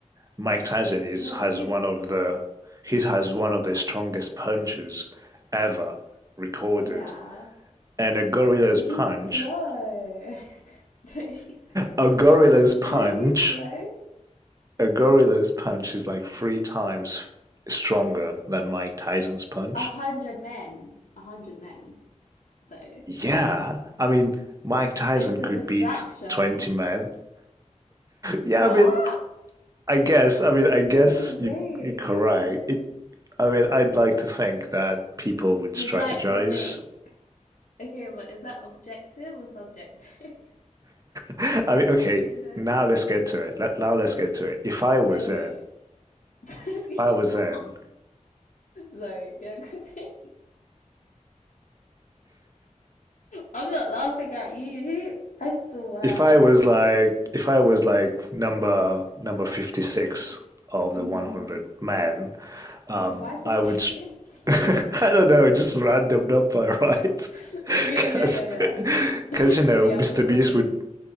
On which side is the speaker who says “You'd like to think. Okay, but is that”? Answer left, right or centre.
Left